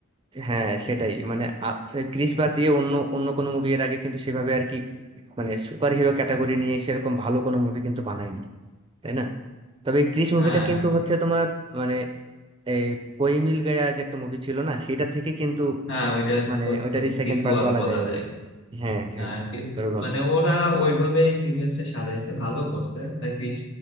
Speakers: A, on the right; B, on the left.
A: হ্যাঁ সেটাই মানে আ- ক্রিস বাদ দিয়ে অন্য অন্য কোনো মুভি এর আগে কিন্তু সেভাবে আর কি মানে সুপার হিরো ক্যাটাগরি নিয়ে সেরকম ভালো কোনো মুভি কিন্তু বানায়নি তাই না তবে এই ক্রিস মুভিটা
B: হ্যাঁ
A: কিন্তু হচ্ছে তোমার মানে এই কোই মিল গায়া যে একটা মুভি ছিল না সেটা থেকে কিন্তু
B: হ্যাঁ ওইটা
A: মানে
B: তো
A: ওইটারই
B: তোমার
A: সেকেন্ড
B: সিকুয়াল
A: পার্ট বলা
B: বলা
A: যায় আর
B: যায়
A: কি হ্যাঁ হ্যাঁ
B: হ্যাঁ কিন্তু
A: এরকম
B: মানে ওরা ওইভাবেই সিকোয়েন্সটা সাজাইছে ভালো করছে আর ক্রিস